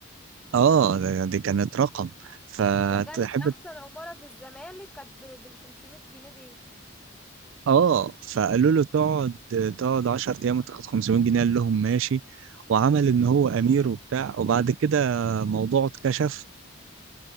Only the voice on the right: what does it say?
اه ده- دي كانت رقم فتحب
اه فقالوا له تقعد تقعد 10 ايام وتاخد 500 جنيه قال لهم ماشي وعمل
ان هو امير وبتاع وبعد كده موضوعه اتكشف